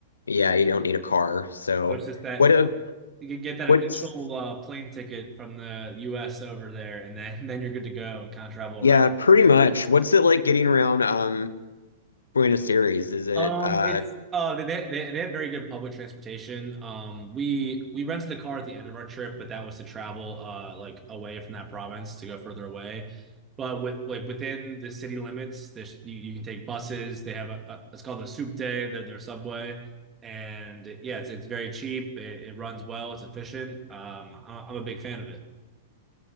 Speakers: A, on the left (about 80°); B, on the right (about 25°).
A: yeah, you don't need a car. So
B: So it's just that
A: what
B: it,
A: a
B: you can get that
A: what's
B: initial uh, plane ticket from the US over there, and then <laughs> then you're good to go and kind of travel around.
A: yeah, pretty much. What's it like getting around um Buenos Aires? Is it
B: Um,
A: uh
B: it's uh they they they have very good public transportation. Um, we we rented a car at the end of our trip, but that was to travel uh like away from that province to go further away. But with like within the city limits, this you, you can take buses. They have a, a it's called the Souk Day, their their subway, and yeah, it's it's very cheap. It, it runs well. It's efficient. Um, I, I'm a big fan of it.